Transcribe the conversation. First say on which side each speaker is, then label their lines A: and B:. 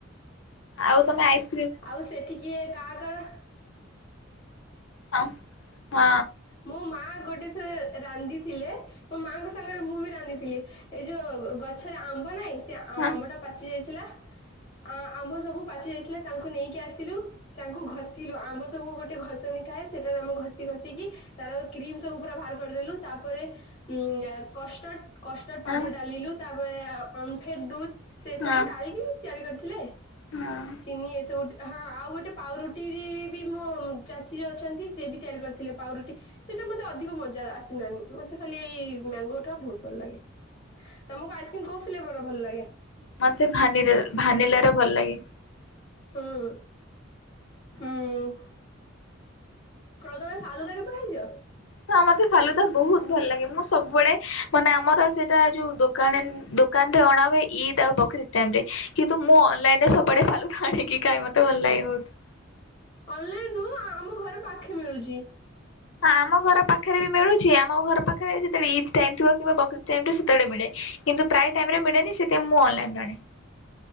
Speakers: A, on the left; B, on the left.
A: ଆଉ ତମେ ଆଇସ୍
B: ଆଉ ସେଠି କିଏ କା କର
A: ଆ ହଁ।
B: ମୋ ମା ଗୋଟେ ଥରେ ରାନ୍ଧିଥିଲେ, ମୋ ମାଙ୍କ ସାଙ୍ଗରେ ମୁଁ ବି ରାନ୍ଧିଥିଲି। ଏଇ ଯୋଉ ଗଛରେ ଆମ୍ବ ନାହିଁ ସେ
A: ହଁ
B: ଆମ୍ବ ଟା ପାଚି ଯାଇଥିଲା। ଆ ଆମ୍ବ ସବୁ ପାଚି ଯାଇଥିଲା ତାଙ୍କୁ ନେଇକି ଆସିଲୁ। ତାଙ୍କୁ ଘଷିଲୁ। ଆମ୍ବ ସବୁ ଗୋଟେ ଘଷଣି ଥାଏ ସେଟାରେ ଆମ୍ବ ଘଷି ଘଷିକି ତାର କ୍ରିମ ସବୁ ପୁରା ବାହାର କରିଦେଲୁ। ତାପରେ ଉ କଷ୍ଟର୍ଡ କଷ୍ଟଡ
A: ହଁ
B: ପାଉଡର ଡାଲିଲୁ। ତାପରେ ଅମ୍ଫେଡ଼୍ ଦୁଧ୍ ସେ
A: ହଁ
B: ସବୁ ଡାଳିକି ତିଆରି କରିଥିଲେ।
A: ହଁ।
B: ଚିନି ଏ ସବୁ, ହଁ ଆଉ ଗୋଟେ ପାଉରୁଟିରେ ବି ମୋ ଚାଚୀ ଯିଏ ଅଛନ୍ତି ସିଏ ବି ତିଆରି କରିଥିଲେ। ପାଉରୁଟି ସେଇଟା ମତେ ଅଧିକ ମଜା ଆସିନାନି। ମତେ ଖାଲି ଏଇ ମ୍ୟାଙ୍ଗୋ ଟା ବହୁତ ଭଲ ଲାଗେ। ତମକୁ ଆଇସ୍କ୍ରିମ୍ କୋଉ ଫ୍ଲେବର ର ଭଲ ଲାଗେ?
A: ମତେ ଭାନିରା ଭାନିଲାର ଭଲ ଲାଗେ।
B: ଉଁ ହୁଁ। ଆଉ ତମେ ଫାଲୁଦା କେବେ ଖାଇଛ?
A: ହଁ ମତେ ଫାଲୁଦା ବହୁତ ଭଲ ଲାଗେ। ମୁଁ ସବୁବେଳେ ମାନେ ଆମର ସେଇଟା ଯୋଉ ଦୋକାଣେ ଦୋକ୍ ଦୋକାନରେ ଅଣା ହୁଏ ଇଦ୍ ଆଉ ବକରୀଦ ଟାଇମ୍ ରେ କିନ୍ତୁ ମୁଁ ଅନଲାଇନ ରେ ସବୁ ଆଡ଼େ ଫାଲୁଦା ଆଣିକି ଖାଏ ମୋତେ ଭଲ ଲାଗେ ବହୁତ।
B: ଅନଲାଇନ ରୁ, ଆମ ଘରେ ପାଖେ ମିଳୁଚି।
A: ହଁ ଆମ ଘର ପାଖରେ ବି ମିଳୁଛି। ଆମ ଘର ପାଖରେ ଯେତେବେଳେ ଇଦ୍ ଟାଇମ୍ ଥିବ କିମ୍ବା ବକରୀଦ ଟାଇମ ଥିବ ସେତେବେଳେ ମିଳେ। କିନ୍ତୁ ପ୍ରାୟ ଟାଇମ ରେ ମିଳେନି ସେଥିଆଇଁ ମୁଁ ଅନଲାଇନ ଆଣେ।